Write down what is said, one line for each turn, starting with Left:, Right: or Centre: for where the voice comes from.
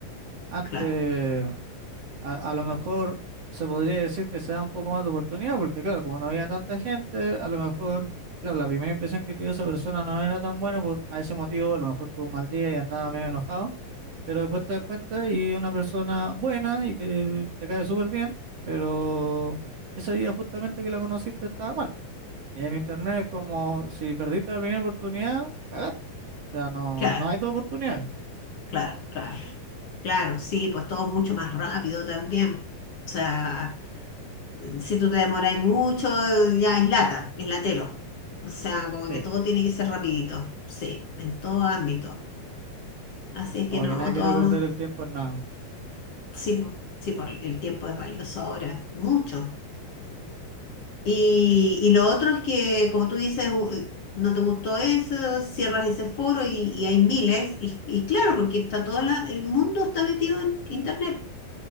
Right: Antes,
Left: claro,
Right: a, a lo mejor se podría decir que se da un poco más de oportunidad, porque claro, como no había tanta gente, a lo mejor, claro, la primera impresión que tuvo esa persona no era tan buena por a ese motivo, a lo mejor tuvo un mal día y andaba medio enojado. pero después te das cuenta y es una persona buena y que te cae súper bien, pero ese día justamente que la conociste estaba mal. Y en internet es como si perdiste la primera oportunidad, cagaste. O sea, no,
Left: claro.
Right: no hay dos oportunidades.
Left: Claro, claro, claro, sí, pues todo mucho más rápido también. O sea, si tú te demoráis mucho, ya es lata, es latero. O sea, como
Right: Sí,
Left: que todo tiene que ser rapidito, sí, en todo ámbito. Así es
Right: como
Left: que no,
Right: que nadie
Left: todo,
Right: quiere perder el tiempo en nada.
Left: sí, po, sí, po, el tiempo es valioso ahora, mucho. Y,
Right: Sí,
Left: y lo otro es que, como tú dices, u- no te gustó eso, cierras ese foro y, y hay miles. Y, y claro, porque está todo la- el mundo está metido en Internet.